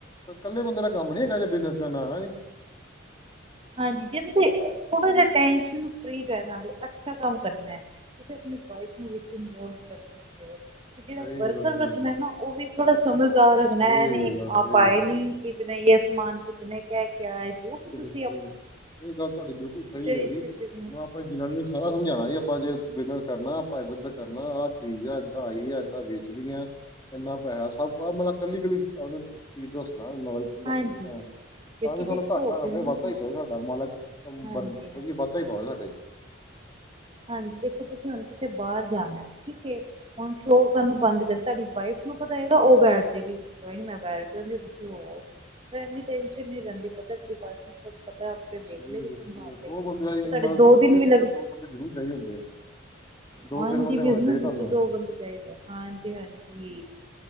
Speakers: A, on the left (about 20°); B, on the right (about 30°).
A: ਕੱਲੇ ਬੰਦੇ ਦਾ ਕੰਮ ਨੀ ਹੈਗਾ ਜੇ ਡਿਨਰ ਕਰਨ ਆਣਾ ਜੇ।
B: ਹਾਂਜੀ, ਜੇ ਤੁਸੀ ਥੋੜਾ ਜਿਆ ਟੈਨਸ਼ਨ ਫਰੀ ਰੈਣਾ ਵੇ, ਅੱਛਾ ਕੰਮ ਕਰਨਾ ਐ। ਤੁਸੀ ਆਪਣੀ ਵਾਈਫ ਨੂੰ ਵਿੱਚ ਇਨਵੋਲਵ ਕਰ ਸਕਦੇ ਓ। ਤੇ ਜੇੜਾ
A: ਸਹੀ
B: ਵਰਕਰ
A: ਗੱਲ ਆ ਸਹੀ
B: ਰੱਖਣਾ ਏ ਨਾ ਓਵੀ ਥੋੜ੍ਹਾ ਸਮਝਦਾਰ ਰੱਖਣਾ
A: ਸਹੀ
B: ਏ ਐ ਨਈ
A: ਗੱਲ ਆ, ਸਹੀ
B: ਆਪ ਆਏ
A: ਗੱਲ
B: ਨੀ
A: ਆ ਜੀ,
B: ਕਿ ਨਈ ਯੇ ਸਮਾਨ ਕਿਤਨੇ ਕਾ ਐ ਕਿਆ ਐ ਜੋ ਵੀ ਤੁਸੀ
A: ਸਈ ਗੱਲ, ਐ ਗੱਲ ਤੁਆਡੀ ਬਿਲਕੁਲ ਸਈ
B: ਵਿੱਚ
A: ਐ ਜੀ
B: ਬਿਜਨਸ
A: ਮੈ ਅਪ ਜਨਾਨੀ ਨੂੰ ਸਾਰਾ ਸਮਝਾਣਾ ਜੀ ਆਪਾਂ ਜੇ ਬਿਲੰਗ ਕਰਨਾ ਆਪਾਂ ਇੱਦਰ ਉੱਦਰ ਕਰਨਾ ਆ ਚੀਜ ਆ ਏਦਾਂ ਆਈ ਆ ਏਦਾ ਵੇ <unintelligible> ਏਨਾ ਪੈਹਾ ਸੱਬ ਬਾਰਲਾ ਕੱਲੀ ਕੱਲੀ ਆ ਚੀਜ਼ ਦਸਨਾ ਵਾਂ
B: ਹਾਂਜੀ
A: ਦਸ ਮਟ <unintelligible>
B: ਕਿਉਂਕਿ
A: ਤਾਂ ਵੀ ਸਾਨੂੰ
B: ਦੇਖੋ
A: ਘਾਟਾ ਨਾ
B: ਬਿਜਨਸ
A: ਪਏ, ਵਾਧਾ ਈ ਪਏ ਸਾਡਾ ਮਾਲਕ ਅ
B: ਹਾਂਜੀ
A: ਬਰ
B: ਹਾਂਜੀ
A: ਵਦੀਏ ਵਾਧਾ ਈ ਪਾਏ ਸਾਡੇ ਚ।
B: ਹਾਂਜੀ, ਦੇਖੋ ਤੁਸੀ ਹੁਨ ਕਿਤੇ ਬਾਰ ਜਾਣਾ ਐ ਠੀਕ ਏ। ਹੁਨ ਸਲੋਅ ਤਾਨੂੰ ਬੰਦ ਕਰ ਪੇ ਤਾਡੀ ਵਾਈਫ ਨੂੰ ਪਤਾ ਹੋਏਗਾ, ਓ ਬੈਠ ਜੇਗੀ। ਕੋਈ ਨੀ ਮੈਂ ਬੈਠ ਜਾਂਦੀ ਤੁਸੀ ਹੋ ਆਓ ਫੇ ਏਨੀ ਟੈਨਸ਼ਨ ਰੈਂਦੀ ਪਤਾ ਮੇਰੀ ਵਾਈਫ ਨੂੰ ਸਬ ਪਤਾ ਵੇਖ
A: ਸਹੀ
B: ਲੇਗੀ
A: ਗੱਲ
B: ਸੰਭਾਲ
A: ਆ, ਸਹੀ ਗੱਲ ਦੋ
B: ਲੇਗੀ
A: ਬੰਦੇ ਵਾਲੀ
B: ਤੇ ਤਾਡੇ
A: ਮਤਲਬ
B: ਦੋ ਦਿਨ
A: ਕੋਈ ਬਿਜਨਸ
B: ਵੀ ਲੱਗ
A: ਦੋ ਬੰਦੇ ਜਰੂਰ ਚਾਈਦੇ ਹੁੰਦੇ। ਦੋ
B: ਹਾਂਜੀ,
A: ਤਿੰਨ ਬੰਦੇ
B: ਬਿਜਨਸ
A: ਹੋਣੇ ਚਾਹੀਦੇ
B: ਵਿੱਚ
A: ਤੁਹਾਨੂੰ
B: ਦੋ ਬੰਦੇ ਚਾਈਦੇ ਹਾਂਜੀ -ਹਾਂਜੀ।